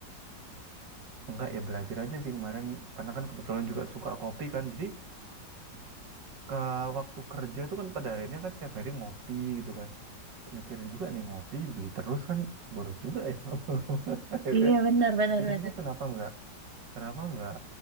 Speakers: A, on the right; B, on the right.
A: Enggak ya belajar aja sih kemarin karena kan kebetulan juga suka kopi kan. Jadi ke waktu kerja tuh kan pada akhirnya kan setiap hari ngopi gitu kan. Mikir juga nih ngopi beli terus kan boros juga ya. <laughs> Akhirnya
B: Iya benar benar
A: pikir-pikir
B: benar.
A: kenapa enggak kenapa enggak